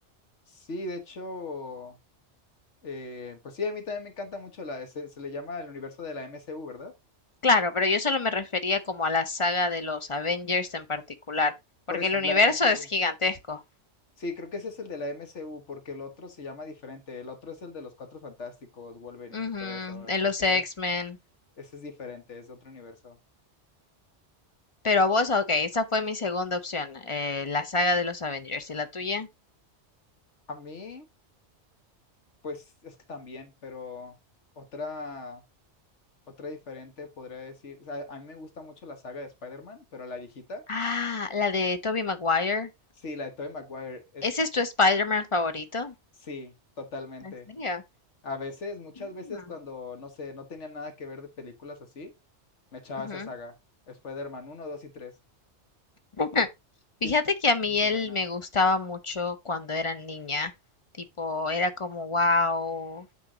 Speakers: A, on the left (about 80°); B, on the left (about 35°).
A: Sí, de hecho, eh, pues sí, a mí también me encanta mucho la, se, se le llama el universo de la MCU, ¿verdad?
B: Claro, pero yo solo me refería como a la saga de los Avengers en particular,
A: Por
B: porque
A: eso,
B: el universo
A: la MCU.
B: es gigantesco.
A: Sí, creo que ese es el de la MCU, porque el otro se llama diferente. El otro es el de los Cuatro Fantásticos, Wolverine
B: Ujú,
A: y todo
B: en
A: eso. El, el
B: los
A: que
B: X-Men.
A: ya- ese es diferente, es de otro universo.
B: Pero a vos, ok, esa fue mi segunda opción, eh, la saga de los Avengers. ¿Y la tuya?
A: A mí, pues es que también, pero otra. Otra diferente podría decir, o sea, a mí me gusta mucho la saga de Spider-Man, pero la viejita,
B: Ah, la de Tobey Maguire.
A: sí, la de Tobey Maguire, es,
B: ¿Ese es tu Spider-Man favorito?
A: sí, totalmente.
B: ¿En serio?
A: A veces, muchas
B: Mm,
A: veces cuando, no sé, no tenía nada que ver de películas así, me echaba
B: ujú.
A: esa saga, Spider-Man 1, 2 y tres
B: <laughs> Fíjate
A: Es
B: que a mí
A: muy
B: él
A: buena.
B: me gustaba mucho cuando era niña. Tipo, era como, wow,